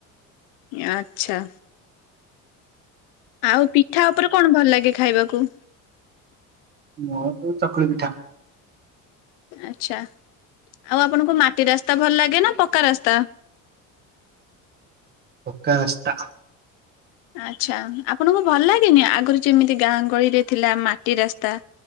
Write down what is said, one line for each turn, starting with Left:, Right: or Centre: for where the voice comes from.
Left: ଆଚଛା। ଆଉ ପିଠା ଉପରେ କଣ ଭଲ ଲାଗେ ଖାଇବାକୁ।
Right: ମୋ ଚକୁଳି ପିଠା।
Left: ଆଛା ଆଉ ଆପଣଙ୍କୁ ମାଟି ରାସ୍ତା ଭଲ ଲାଗେ ନା ପକ୍କା ରାସ୍ତା।
Right: ପକା ରାସ୍ଥା।
Left: ଆଚ୍ଛା ଆପଣଙ୍କୁ ଭଲ ଲାଗେନି ଆଗରୁ ଯେମିତି ଗାଁ ଗହଳି ରେ ଥିଲା ମାଟି ରାସ୍ତା।